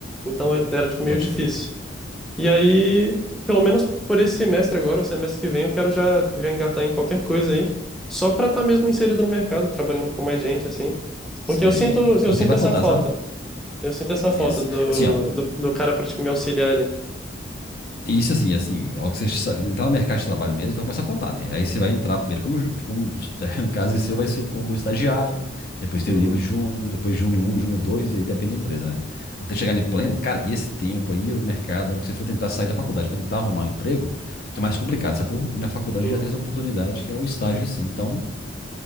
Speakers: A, in the centre; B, on the left.
A: então era, tipo, meio
B: pode
A: difícil.
B: crer.
A: E aí, pelo menos por esse semestre agora, o semestre que vem, eu quero já, já engatar em qualquer coisa aí, só para estar mesmo inserido no mercado e trabalhando com mais gente, assim.
B: Sim.
A: Porque eu sinto,
B: Porque
A: eu
B: o
A: sinto
B: tempo vai
A: essa
B: contar,
A: falta.
B: sabe?
A: Eu sinto essa falta
B: Isso.
A: do,
B: Assim, ó.
A: do, do cara para, tipo, me auxiliar ali.
B: Isso assim, assim, ó, que você sa- entrar no mercado de trabalho mesmo, vai começar a contar, né? Aí você vai entrar primeiro como, ju- como <laughs> no caso seu, vai ser como estagiário, depois tem
A: Uhum,
B: o nível júnior, depois júnior um júnior 2 e aí depende da empresa, né? Até chegar em pleno, cara, e esse tempo aí, o mercado, a hora que você for tentar sair da faculdade para tentar arrumar um emprego, é mais complicado, sacou? E na faculdade
A: uhum.
B: já tem essa oportunidade que é o estágio em si. Então,